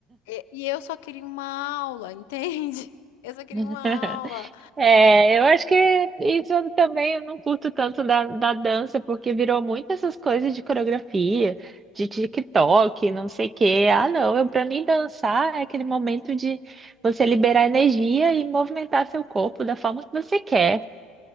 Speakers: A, on the left; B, on the right.
A: e e eu só queria uma aula, entende? <laughs> Eu só queria
B: <laughs>
A: uma aula.
B: É, eu acho que isso eu também eu não curto tanto da, da dança, porque virou muito essas coisas de coreografia, de TikTok, não sei o quê. Ah, não, eu, pra mim dançar é aquele momento de você liberar energia e movimentar seu corpo da forma que você quer.